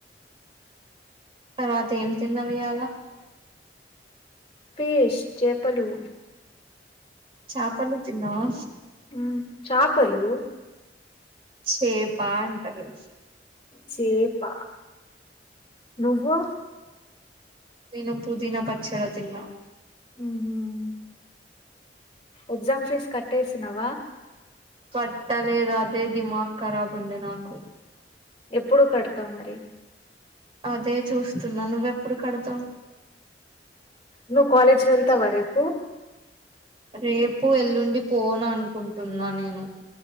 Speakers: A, on the right; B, on the left.
A: తర్వాత ఏం తిన్నవ్ ఇయాల.
B: ఫిష్ చేపలు.
A: చాపలు తిన్నావా
B: ఉమ్ చాపలు
A: చేపా అంటరు
B: చేపా నువ్వు
A: నేను పుదీన పచ్చడ తిన్నా
B: హ్మ్ ఎగ్జామ్ ఫీజ్ కట్టేసినవ
A: కట్టలేద్ అదే దిమాక్ కరాబ్ ఉంది నాకు
B: ఎప్పుడు కడ్తావ్ మరి
A: అదే చూస్తున్నా నువ్వెప్పుడు కడతావ్
B: నువ్ క్వాలేజ్ వెళ్తావా రేపు
A: రేపు ఎల్లుండి పోన్ అనుకుంటున్నా నేను